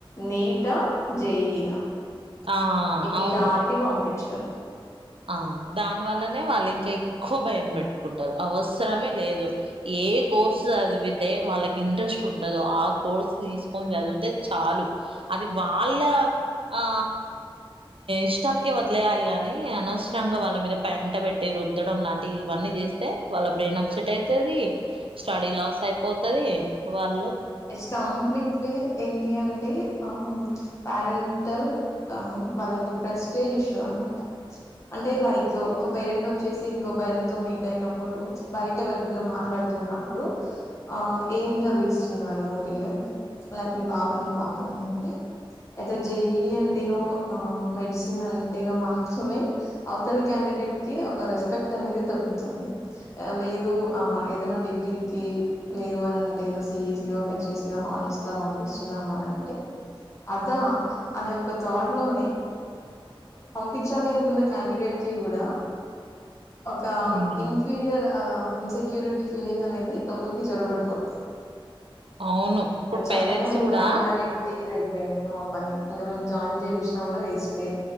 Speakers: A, on the left; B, on the right.
A: నీటా జయినా
B: ఆ
A: ఇవి
B: అవును
A: దాటి పంపించారు
B: ఆ దాని వల్లనే వాళ్ళు ఇంకా ఎక్కువ భయం పెట్టుకుంటారు అవసరమే లేదు ఏ కోర్సు చదివితే వాళ్ళకి ఇంట్రెస్ట్ ఉంటుందో ఆ కోర్సు తీసుకొని చదివితే చాలు అది వాళ్ళ ఆ ఇష్టానికే వదిలేయాలి గాని అనవసరంగా వాళ్ళ మీద పెంట పెట్టి రుద్దడం లాంటివి ఇవన్నీ చేస్తే వాళ్ళ బ్రెయిన్ అప్సెట్ అవుతది స్టడీ లాస్ అయిపోతుంది వాళ
A: ఇట్స్ కంప్లీట్లీ ఇండియన్ అంటే ఆ పారెంటల్ వాళ్ళ యొక్క ప్రెస్టేజ్ ఇష్యూ అనమాట అంటే లైక్ ఒక పేరెంట్ వచ్చేసి ఇంకో పేరెంట్ తో మీట్ అయినప్పుడు బయట ఎవరనా మాట్లాడినప్పుడు ఆ ఏం చదివిస్తున్నారు మీ పిల్లల్ని లైక్ మీ బాబుని పాపని అంటే ఏద జేఈ అంటేనో మెడిసిన్ అంటేనో మాత్రమే అవతల వ్యక్తికి ఒక రెస్పెక్ట్ అనేది దొరుకుతుంది లేదు ఆ ఏదైనా డిగ్రీకి లేదు అని అంటే ఏదో సిఈసియో హెచ్సియో హార్న్స్ లా పంపిస్తున్నాము అని అంటే అద అనే ఒక తోడ్ లోనే పంపించాలి అనుకున్న క్యాండిడేట్ కి కూడా ఒక
B: ఉమ్
A: ఇన్ఫీరియర్ ఇన్సెక్యూరిటీ ఫీలింగ్ అనేది లోపలికి చొరగబడిపోద్ది
B: అవును ఇప్పుడు
A: చెప్పగానే
B: పేరెంట్స్ కూడా
A: ఇలా అన్నార ఏంటి అయి ట్రైనింగ్ ఆఫని ఇంకా మేము జాయిన్ చేయిచినా కూడా వేస్ట్